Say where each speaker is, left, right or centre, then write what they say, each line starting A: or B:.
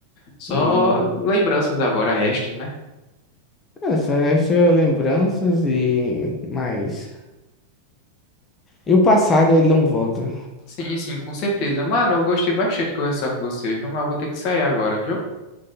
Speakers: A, on the left (about 45°); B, on the left (about 20°).
A: Só
B: E
A: lembranças agora restam, né?
B: é, só resta lembranças e mais. E o passado, ele não volta.
A: Sim, sim, com certeza. Mano, eu gostei bastante de conversar com você, viu? Mas eu vou ter que sair agora, viu?